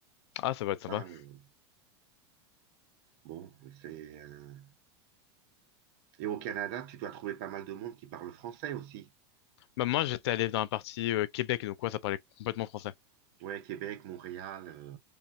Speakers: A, on the left; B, on the right.
A: Ah, ça va être sympa.
B: Ça, euh, bon, c'est, euh, Et au Canada, tu dois trouver pas mal de monde qui parle français aussi.
A: Bah, moi, j'étais allé dans la partie euh, Québec, donc ouais, ça parlait complètement français.
B: Ouais, Québec, Montréal. euh,